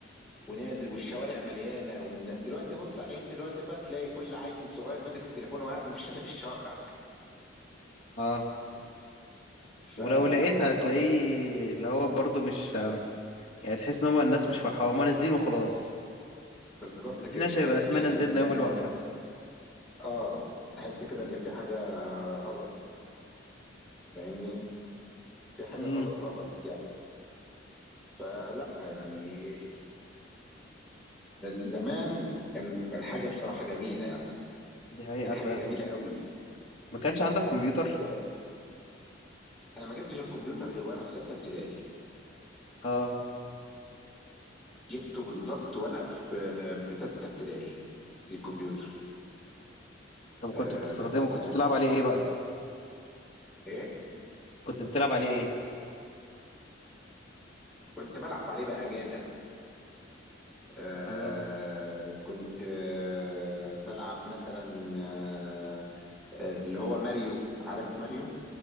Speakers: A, in the centre; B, on the left.
A: ونازل والشوارع مليانه وإن... دلوقتي بص على العيد دلوقتي بقى تلاقي كل عيل صغير ماسك التليفون وقاعد ما فيش حد في الشوارع اصلا
B: اه ولو
A: فلا
B: لقيت هتلاقيه
A: الوضع
B: اللي هو برضو مش يعني تحس ان هو الناس مش فرحانه هما نازلين وخلاص
A: بالظبط
B: نازلين
A: كده
B: عشان
A: يعني
B: يبقى اسمنا
A: تحس
B: نزلنا
A: ان
B: يوم
A: فعلا
B: الوقفه
A: اه تحس كده ان في حاجه غلط فاهمني في حاجه
B: امم
A: غلط غلط يعني فلا يعني زمان كان كان حاجه بصراحه جميله يعني
B: دي حقيقه
A: كان حاجه
B: فعلا
A: جميله قوي
B: ما كانش عندك كمبيوتر
A: واصله لك انا ما جبتش الكمبيوتر غير وانا في سته ابتدائي
B: اه
A: جبته بالظبط وانا في في سته ابتدائي الكمبيوتر
B: طب كنت
A: آه
B: بتستخدمه
A: بس بصراحه
B: كنت بتلعب عليه ايه بقى
A: ايه
B: كنت بتلعب عليه ايه
A: كنت بلعب عليه بقى جاتا آه
B: اه
A: كنت آه بلعب مثلا آه اللي هو ماريو عارف ماريو